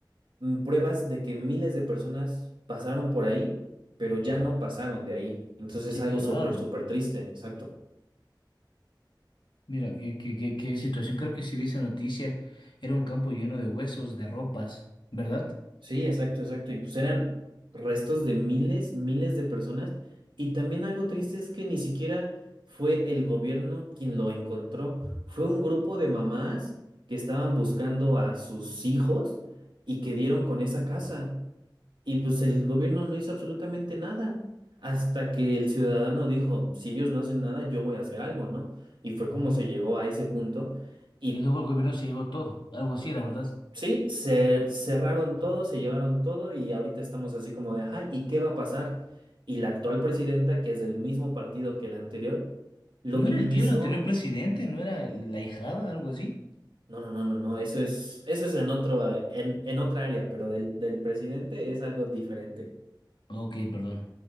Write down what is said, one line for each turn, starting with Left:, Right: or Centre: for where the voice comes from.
Right: mm, pruebas de que miles de personas pasaron por ahí, pero ya no pasaron de ahí. Entonces
Left: se
Right: es algo
Left: quedaron.
Right: súper, súper triste, exacto.
Left: Mira, qué, qué- qué- qué situación. Creo que si vi esa noticia, era un campo lleno de huesos, de ropas, ¿verdad?
Right: Sí, exacto, exacto. Y pues eran restos de miles, miles de personas. Y también algo triste es que ni siquiera fue el gobierno quien lo encontró. Fue un grupo de mamás que estaban buscando a sus hijos y que dieron con esa casa. Y pues el gobierno no hizo absolutamente nada hasta que el ciudadano dijo, si ellos no hacen nada, yo voy a hacer algo, ¿no? Y fue como
Left: Ujú.
Right: se llegó a ese punto. Y
Left: Y luego el gobierno se llevó todo, algo así era, ¿verdad?
Right: sí, se cerraron todo, se llevaron todo y ahorita estamos así como de, ajá, ¿y qué va a pasar? Y la actual presidenta, que es del mismo partido que la anterior, lo
Left: ¿No
Right: minimizó.
Left: era el tío del anterior presidente? ¿No era la hijada, algo así?
Right: No, no, no, no, no, eso es, eso es en otro, eh, en, en otra área, pero del, del presidente es algo diferente.
Left: Ok, perdón.